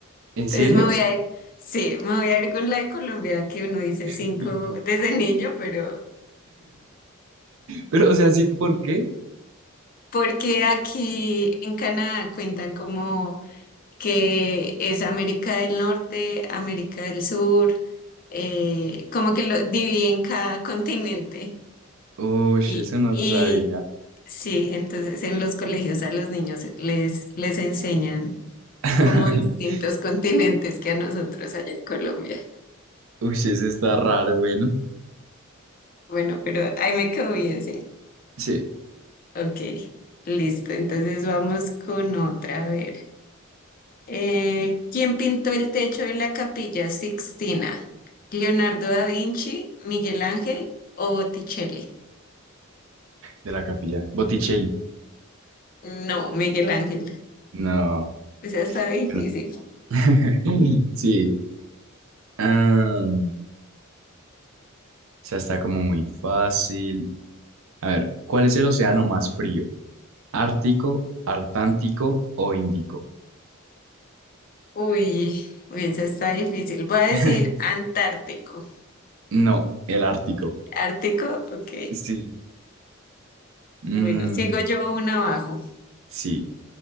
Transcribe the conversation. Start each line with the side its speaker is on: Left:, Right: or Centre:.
Right: ¿En
Left: Entonces
Right: serio?
Left: me voy a ir, sí, me voy a ir con la de Colombia, que uno dice
Right: <laughs>
Left: cinco desde niño, pero...
Right: Pero, o sea, ¿sí? ¿Por qué?
Left: Porque aquí en Canadá cuentan como que es América del Norte, América del Sur, eh, como que lo dividen cada continente.
Right: Uy,
Left: Y,
Right: eso no
Left: y
Right: lo sabía.
Left: sí, entonces en los colegios a los niños les, les enseñan
Right: <laughs>
Left: como distintos continentes que a nosotros allá en Colombia.
Right: Uy, eso está raro, bueno.
Left: Bueno, pero ahí me quedó bien, sí.
Right: Sí,
Left: Ok, listo. Entonces vamos con otra, a ver. Eh, ¿quién pintó el techo de la Capilla Sixtina? ¿Leonardo da Vinci, Miguel Ángel o Botticelli?
Right: de la capilla. Botticelli.
Left: No, Miguel Ángel.
Right: No,
Left: Esa está difícil.
Right: bueno. <laughs> Sí. Ah, esa está como muy fácil. A ver, ¿cuál es el océano más frío? ¿Ártico, Artántico o Índico?
Left: Uy, uy, esa está difícil. Voy a decir
Right: <laughs>
Left: Antártico.
Right: No, el Ártico.
Left: ¿Ártico? Ok.
Right: Sí. Mm,
Left: Bueno, sigo yo una abajo.
Right: sí.